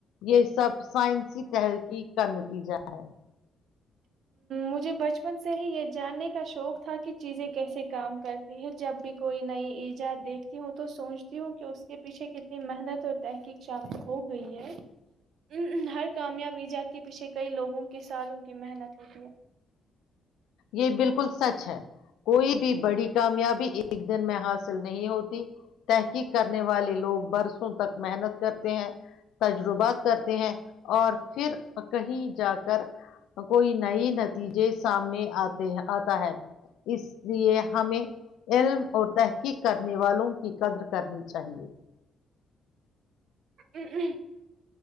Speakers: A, on the left; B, on the right.
A: یہ سب سائنسی تحرقی کا نتیجہ ہے <inaudible>
B: مجھے بچپن سے ہی یہ جاننے کا شوق تھا کہ چیزیں کیسے کام کرتی ہے جب بھی کوئی نئی ایجاد دیکھتی ہوں تو سوچتی ہوں کہ اس کے پیچھے کتنی محنت اور تحقیق شامل ہو گئی ہے ا ہر کامیاب ایجاد کے پیچھے کئی لوگوں کے سالوں کی محنت ہوتی
A: یہ بالکل سچ ہے کوئی بھی بڑی کامیابی ایک دن میں حاصل نہیں ہوتی تحقیق کرنے والے لوگ برسوں تک محنت کرتے ہیں تجربات کرتے ہیں اور پھر کہیں جا کر کوئی نئی نتیجے سامنے آتے آتا ہے اس لیے ہمیں علم اور تحقیق کرنے والوں کی قدر کرنی چاہیے
B: ا ہ